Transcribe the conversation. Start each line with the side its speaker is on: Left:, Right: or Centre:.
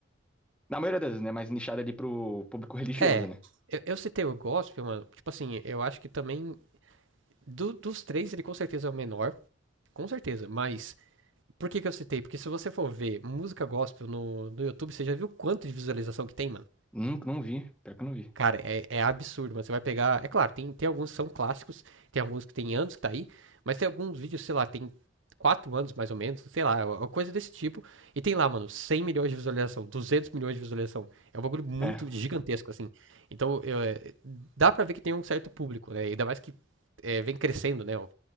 Centre: na maioria das vezes, né, mais nichado ali pro público religioso,
Right: É,
Centre: né.
Right: eu, eu citei o gospel, mano. Tipo assim, eu acho que também. do- dos três, ele com certeza é o menor. Com certeza, mas. Por que que eu citei? Porque se você for ver música gospel no, no YouTube, você já viu quanto de visualização que tem, mano?
Centre: Nunca, não vi, pior que eu não vi.
Right: Cara, é, é absurdo, mano. Você vai pegar. É claro, tem, tem alguns que são clássicos, tem alguns que tem anos que tá aí, mas tem alguns vídeos, sei lá, tem quatro anos mais ou menos, sei lá, uma coisa desse tipo. E tem lá, mano, 100 milhões de visualização, 200 milhões de visualização. É um bagulho muito
Centre: É,
Right: gigantesco, assim. Então, eu, é, dá pra ver que tem um certo público, né? Ainda mais que é, vem crescendo, né? O